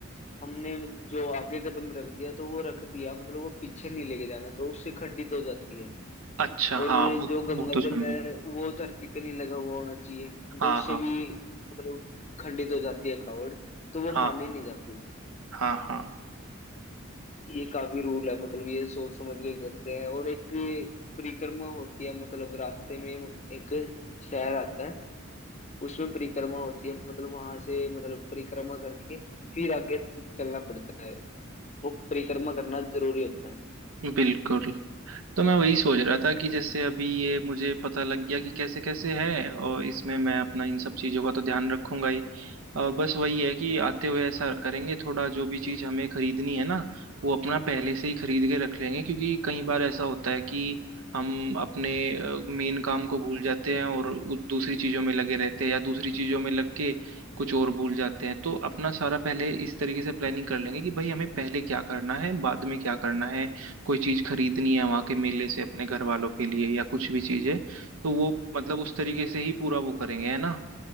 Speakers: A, on the left; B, on the right.
A: हमने जो आगे कदम रख दिया तो वो रख दिया मतलब वो पीछे नहीं लेके जाना तो उससे खंडित हो जाती है
B: अच्छा
A: और
B: हाँ वो
A: जो गंगा
B: वो तो सुना
A: जल है वो धरती पे नहीं लगा हुआ होना चाहिए
B: हाँ
A: तो उससे
B: हाँ
A: भी मतलब खंडित हो जाती है कावड़ तो वो
B: हाँ
A: मानी नहीं जाती
B: हाँ हाँ
A: ये काफी रूल है मतलब ये सोच समझ के करते हैं और एक परिक्रमा होती है मतलब रास्ते में एक शहर आता है उसमें परिक्रमा होती है मतलब वहां से मतलब परिक्रमा करके फिर आगे चलना पड़ता है वो परिक्रमा करना जरूरी होता है
B: बिल्कुल तो मैं वही सोच रहा था कि जैसे अभी ये मुझे पता लग गया कि कैसे कैसे है और इसमें मैं अपना इन सब चीज़ों का तो ध्यान रखूंगा ही और बस वही है कि आते हुए ऐसा करेंगे थोड़ा जो भी चीज़ हमें खरीदनी है ना वो अपना पहले से ही खरीद के रख लेंगे क्योंकि कई बार ऐसा होता है कि हम अपने मेन काम को भूल जाते हैं और उ- दूसरी चीज़ों में लगे रहते हैं या दूसरी चीज़ों में लग के कुछ और भूल जाते हैं तो अपना सारा पहले इस तरीके से प्लानिंग कर लेंगे कि भाई हमें पहले क्या करना है बाद में क्या करना है कोई चीज खरीदनी है वहां के मेले से अपने घर वालों के लिए या कुछ भी चीज है तो वो मतलब उस तरीके से ही पूरा वो करेंगे है ना